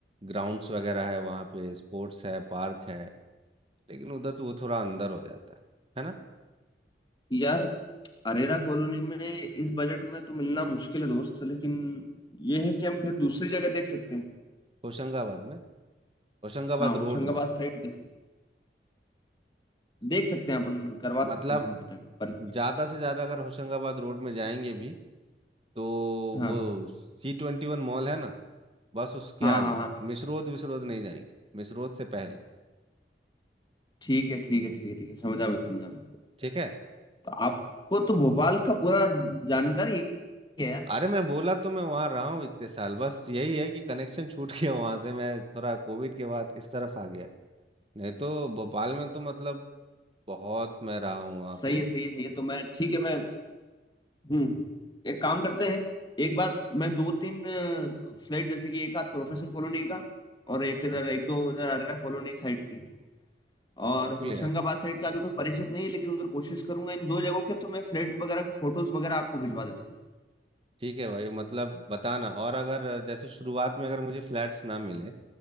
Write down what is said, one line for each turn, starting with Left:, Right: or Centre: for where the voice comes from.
Right: ग्राउंड्स वगैरह है वहाँ पे स्पोर्ट्स है पार्क है लेकिन उधर तो वो थोड़ा अंदर हो जाता है है ना
Left: यार अरेरा कॉलोनी में इस बजट में तो मिलना मुश्किल है दोस्त लेकिन ये है कि हम फिर दूसरी जगह देख सकते हैं
Right: होशंगाबाद में होशंगाबाद
Left: हाँ होशंगाबाद
Right: रोड में
Left: साइड देख सकते देख सकते हैं अपन करवा
Right: मतलब
Left: सकते हैं वहां पे तक पर
Right: ज़्यादा से ज़्यादा अगर होशंगाबाद रोड में जाएंगे भी तो
Left: हाँ
Right: वो सी ट्वेंटी वन मॉल है ना बस उसके
Left: हाँ
Right: आगे
Left: हाँ हाँ
Right: मिसरोद विसरोद नहीं जाएंगे मिसरोद से पहले
Left: ठीक है ठीक है ठीक है ठीक है समझा मैं समझा मैं
Right: ठीक है
Left: तो आपको तो भोपाल का पूरा जानकारी है यार
Right: अरे मैं बोला तो मैं वहां रहा हूँ इतने साल बस यही है कि कनेक्शन छूट गया वहां से मैं थोड़ा कोविड के बाद इस तरफ आ गया नहीं तो भोपाल में तो मतलब बहुत मैं रहा हूँ वहाँ
Left: सही
Right: पे
Left: है सही है सही है तो मैं ठीक है मैं हम्म एक काम करते हैं एक बार मैं दो तीन फ्लैट जैसे कि एक आध प्रोफेसर कॉलोनी का और एक इधर
Right: हाँ
Left: एक दो इधर अरेरा कॉलोनी साइड के और
Right: बिल्कुल
Left: होशंगाबाद
Right: यार
Left: साइड का अभी कोई परिचित नहीं है लेकिन उधर कोशिश करूंगा इन दो जगहों के तो मैं फ्लैट वगैरह के फोटोज वगैरह आपको भिजवा देता हूँ
Right: ठीक है भाई मतलब बताना और अगर जैसे शुरुआत में अगर मुझे फ्लैट्स ना मिले